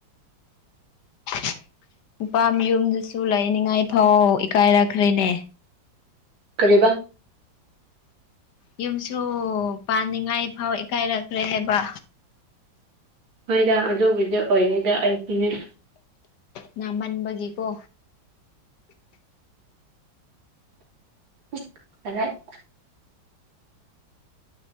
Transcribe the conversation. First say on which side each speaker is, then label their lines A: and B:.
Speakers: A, on the left; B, on the right.
A: <unintelligible> ꯅꯨꯄꯥ ꯃꯌꯨꯝꯗꯨꯁꯨ ꯂꯩꯅꯤꯡꯉꯥꯏ ꯐꯥꯎ ꯏꯀꯥꯏꯔꯛꯈ꯭ꯔꯦꯅꯦ
B: ꯀꯔꯤꯕ
A: <inaudible> ꯌꯨꯝꯁꯨ ꯄꯥꯟꯅꯤꯡꯉꯥꯏ ꯐꯥꯎ ꯏꯀꯥꯏꯔꯛꯈ꯭ꯔꯦ ꯍꯥꯏꯕ
B: ꯍꯣꯏꯗ ꯑꯗꯨꯕꯨꯗꯤ ꯑꯣꯏꯉꯩꯗ ꯑꯩꯁꯨꯅꯦ
A: ꯅꯃꯟꯕꯒꯤ ꯀꯣ
B: <unintelligible>